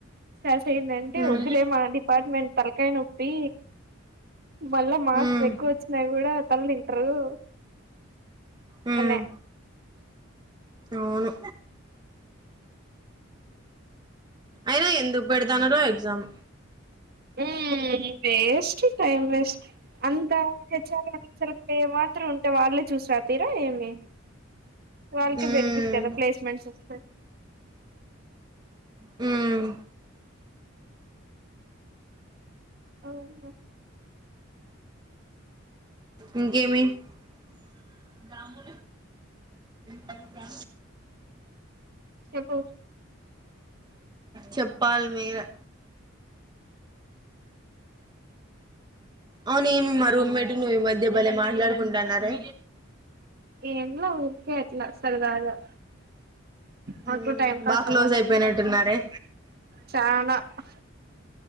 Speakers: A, on the right; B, on the right.
A: అసైన్మెంట్
B: మ్మ్
A: వద్దులే మా డిపార్ట్మెంట్ తలకాయి నొప్పి మళ్ళా మార్కులు
B: మ్మ్
A: ఎక్కువ వచ్చినాయి కూడా తల్ల తంటారు
B: మ్మ్
A: అనే
B: అవును అయినా ఎందుకు పెడతాన్నార ఎగ్జామ్
A: హ్మ్ వేస్ట్ టైమ్ వేస్ట్ అంతా హెచ్చారు చర మాత్ర వాళ్ళే చూసి రాపి ఏ వాళ్ళక
B: మ్మ్
A: బెనిఫిట్ కదా ప్లేస్మెంట్స్ వస్తాయి
B: హ్మ్
A: అవును
B: ఇంకేమి ఏ పకా
A: చెప్పు
B: చెప్పాలి మీరే అవునమి మా రూమ్మేట్ నువ ఈ మధ్య భలే మాట్లాడుకుంటున్నారే
A: ఏం లా ఊరికే అట్లా సరదగా మాకు
B: మ్మ్
A: టైమ్ పాస్
B: బాగా క్లోజ్
A: అవాలాండి
B: అయిపోయినట్టున్నారే
A: చనా అ